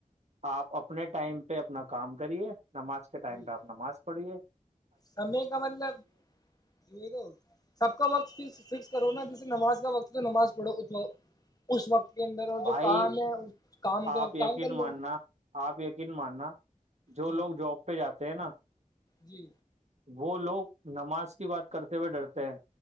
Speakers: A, on the right (about 55°); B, on the left (about 25°).
A: آپ اپنے ٹائم پہ اپنا کام کریے نماز کے ٹائم
B: جی
A: پہ آپ نماز پڑیے <unintelligible>
B: سمے کا مطلب جو تو سب کا وقت ف فکس کرو نا جسے نماز وقت تو نماز پڑھو ا اس وقت کے اندر اور
A: بھائی
B: جو کام ہے اس کام کا
A: آپ
B: وقت
A: یقین
B: کام کر
A: ماننا
B: لو
A: آپ یقین ماننا جو
B: جی
A: لوگ جاب پہ جاتے تھ نا <unintelligible>
B: جی
A: وہ لوگ نماز کی بات کرتے ہوئے ڈرتے ہیں